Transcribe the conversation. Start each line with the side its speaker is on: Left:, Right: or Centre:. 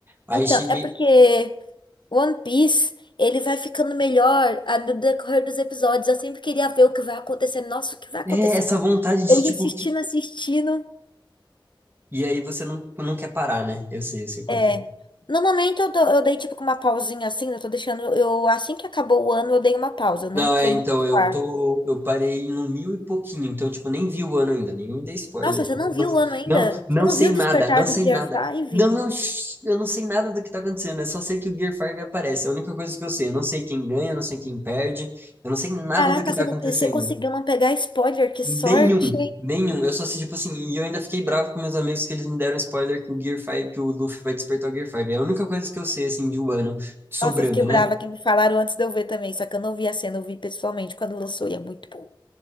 Right: Aí
Left: Então,
Right: cheguei.
Left: é porque One Piece, ele vai ficando melhor a- no decorrer dos episódios. Eu sempre queria ver o que vai acontecer. Nossa, o que vai acontecer?
Right: É essa vontade de,
Left: Eu ia
Right: tipo.
Left: assistindo,
Right: que-
Left: assistindo.
Right: E aí você não, não quer parar, né? Eu sei, eu sei como
Left: É.
Right: que é.
Left: No momento, eu, dou- eu dei tipo uma pausinha assim. Eu tô deixando. Eu, assim que acabou o ano, eu dei uma pausa. Eu não
Right: Não,
Left: entrei
Right: é, então,
Left: no quarto.
Right: eu tô. Eu parei no mil e pouquinho, então, tipo, nem vi o ano ainda, nem me dei spoiler.
Left: Nossa, você não viu
Right: Não,
Left: o ano ainda?
Right: não, não
Left: Você não
Right: sei
Left: viu
Right: nada,
Left: o despertar
Right: não
Left: do
Right: sei
Left: Gear
Right: nada.
Left: 5?
Right: Não, não, shh, eu não sei nada do que tá acontecendo, eu só sei que o Gear 5 aparece, é a única coisa que eu sei. Eu não sei quem ganha, eu não sei quem perde, eu não sei nada
Left: Caraca,
Right: do que tá
Left: você
Right: acontecendo.
Left: não, você conseguiu não pegar spoiler? Que sorte!
Right: Nenhum, nenhum. Eu só assisti, tipo assim, e eu ainda fiquei bravo com meus amigos que eles me deram spoiler que o Gear 5, que o Luffy vai despertar o Gear 5. É a única coisa que eu sei, assim, de Wano sobrando,
Left: Nossa, eu fiquei brava
Right: né?
Left: que me falaram antes de eu ver também, só que eu não vi a cena, eu vi pessoalmente quando lançou e é muito bom.